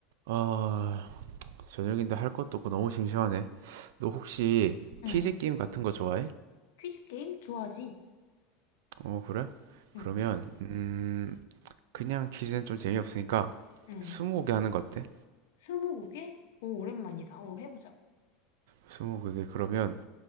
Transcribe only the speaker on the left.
응.
퀴즈 게임 좋아하지?
응.
응.
스무고개? 오, 오랜만이다. 오, 해보자.